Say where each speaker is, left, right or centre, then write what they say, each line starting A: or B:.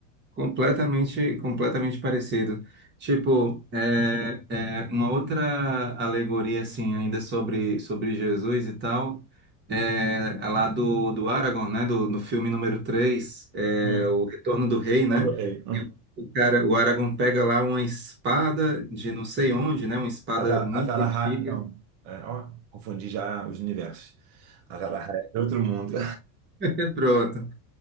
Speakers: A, on the right; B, on the right.
A: Completamente, completamente parecido. Tipo, é, é uma outra alegoria, assim, ainda sobre, sobre Jesus e tal, é a lá do, do Aragorn, né? Do, no filme número 3 é,
B: Hum,
A: O Retorno do Rei, né?
B: olha o rei.
A: E O cara, o Aragorn pega lá uma espada de não sei onde, né? Uma espada
B: Aza-
A: muito
B: Azarahai,
A: antiga.
B: não. É, ó, confundi já os universos. Azarahai é outro mundo.
A: É pronto.